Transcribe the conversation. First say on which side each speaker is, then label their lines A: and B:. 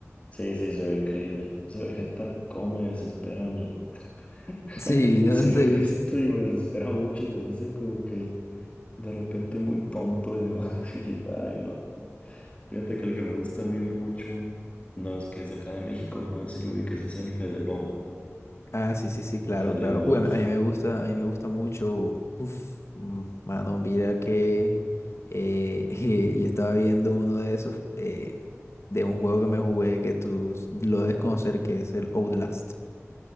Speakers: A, on the left; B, on the left.
A: sí, sí, se ve increíble. Ese Vegeta come, desespera a mí. <laughs>
B: Sí, no
A: Sí
B: te
A: lo he visto
B: gusta.
A: y me desespera mucho, se me hace como que de repente muy tonto y demás, <laughs> y digo, ay no. Fíjate que el que me gusta a mí ver mucho no es que es de acá de México, no sé si lo ubiques es el Fede Lobo
B: Ah, sí, sí, sí, claro,
A: o Fede
B: claro.
A: Wolf.
B: Uy, a mí, a mí me gusta, a mí me gusta mucho. Uf, mm, mano, mira que eh, <laughs> yo estaba viendo uno de esos, eh, de un juego que me jugué que tú s- lo debes conocer, que es el Outlast.